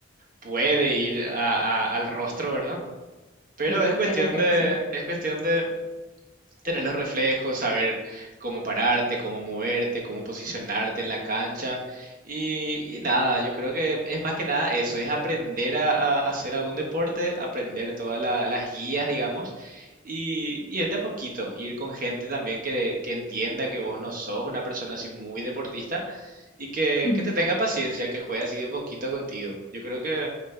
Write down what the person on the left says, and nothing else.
Directa
a la cara
C.
<laughs>